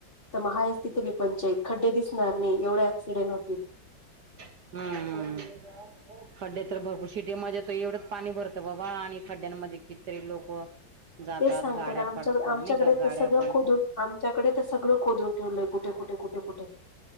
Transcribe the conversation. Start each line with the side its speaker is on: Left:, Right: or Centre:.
Left: तर महा आहेस तिथे बी पंचायत खड्डे दिस नाही एवढ्या ऍक्सिडेंट होती
Right: हम्म हम् खड्डे तर भरपूर शिटीमध्येज येत एवढंच पाणी भरतं बाबा आणि खड्ड्यांमध्ये कितरी लोक जातात
Left: तेच सांगतय
Right: गाड्या
Left: ना, आमच्या
Right: पडतात
Left: आमच्याकडे
Right: नाही का गाड्या
Left: तर सगळं
Right: पण
Left: खोदून आमच्याकडे तर सगळं खोदून ठेवलंय कुठे, कुठे, कुठे, कुठे